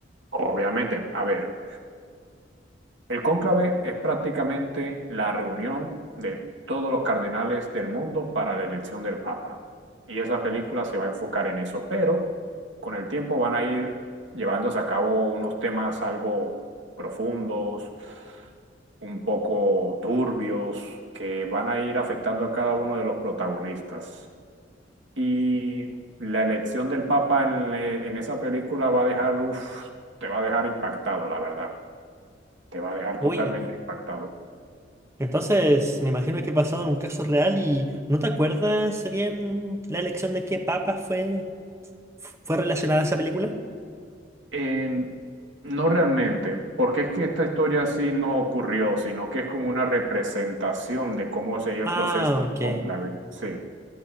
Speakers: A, on the right; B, on the right.
A: Obviamente, a ver, El cónclave es prácticamente la reunión de todos los cardenales del mundo para la elección del Papa. Y esa película se va a enfocar en eso, pero con el tiempo van a ir llevándose a cabo unos temas algo profundos, un poco turbios, que van a ir afectando a cada uno de los protagonistas. Y la elección del Papa en, eh, en esa película va a dejar, uf, te va a dejar impactado, la verdad te va a dejar
B: Uy.
A: totalmente impactado.
B: Entonces, me imagino que he pasado en un caso real y ¿no te acuerdas bien la elección de qué papa fue, fu- fue relacionada a esa película?
A: Eh, no realmente, porque es que esta historia así no ocurrió, sino que es como una representación de cómo sería el
B: Ah,
A: proceso del
B: ok.
A: cónclave. Sí,